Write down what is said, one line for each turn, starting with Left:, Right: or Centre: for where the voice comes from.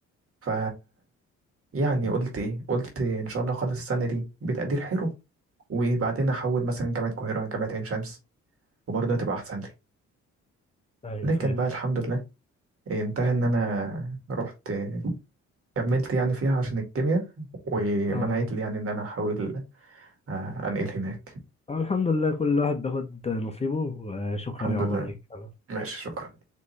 Right: ف يعني قلت ايه قلت ان شاء الله اخلص السنه دي بتقدير حلو وبعدين احول مثلا جامعه القاهره جامعه عين شمس وبرضه هتبقى احسن لي
Left: ايوه
Right: لكن
Left: فاهم
Right: بقى الحمد لله إيه، انتهى ان انا رحت كملت يعني فيها عشان الكيمياء ومنعت
Left: اه
Right: لي يعني ان انا احاول آه، انقل هناك
Left: آه، الحمد لله كل واحد بياخد نصيبه آه، شكرا
Right: الحمد
Left: يا عمر
Right: لله
Left: ليك أنا
Right: ماشي شكرا